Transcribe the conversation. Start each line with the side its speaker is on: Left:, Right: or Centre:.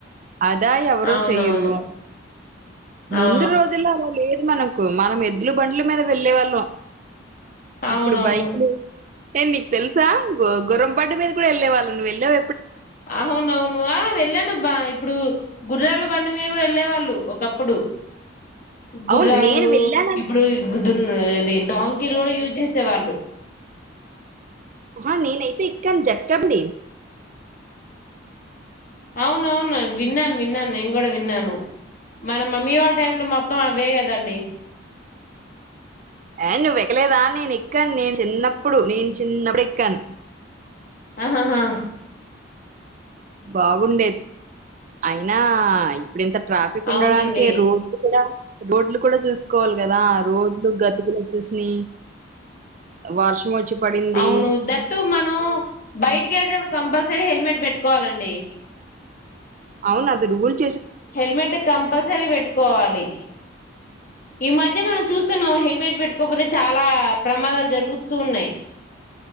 Right: అదా ఎవరో
Left: అవునవును
Right: చెయ్యరు ముందు
Left: ఆ
Right: రోజుల్లో అలా లేదు మనం కు మనం ఎద్లు బండ్ల మీద వెళ్ళే వాళ్ళం
Left: అవునవును
Right: ఇప్పుడు బైక్లు హే నీకు తెలుసా గ గురం బండి మీద కూడా వెళ్ళేవాళ్ళు నువ్వుళ్ళేవ
Left: అవునవును హా వెళ్ళానబ్బా ఇప్పుడు గుర్రాళ బండి మీద కూడా వెళ్ళేవాళ్ళు ఒకప్పుడు గుర్రాలు
Right: అవును నేను వెళ్ళాను
Left: ఇప్పుడు దున్న ఇది డాన్ కిని కూడా యూజ్ చేసేవాళ్ళు
Right: ఆ నేనైతే ఇక్కను జక్కండి
Left: అవును అవును విన్నాను విన్నాను నేనూ కూడా విన్నాను మన మమ్మీ వాళ్ళ టైమ్ లో మొత్తం అవే కదండి
Right: ఏ నువ్్వవు ఎక్కలేదా నేను ఏక్కాను నేను చిన్నప్పుడు నేను చిన్నప్పుడు ఎక్కాను
Left: ఆహాహా
Right: బాగుండేది అయినా ఇప్పుడు ఇంత ట్రాఫిక్ ఉండడానికి
Left: అవునండి
Right: రోడ్లు కూడా రోడ్లు కూడా చూసుకోవాలి కదా రోడ్లు గతికులు వచ్చేసా వార్షం వచ్చి పడింది
Left: అవును దట్టు మనం బయటికిెళడు కంపల్సరీ హెల్మెట్ పెట్టుకోవాలండి
Right: అవును అది రూల్స్
Left: హెల్మెట్ కంపల్సరీ పెట్టుకోవాలి
Right: అ
Left: ఈ మధ్య మనం చూస్తాను హెల్మెట్ పెట్టుకోపోతే చాలా ప్రమాదాలు జరుగుతుూ ఉన్నాయి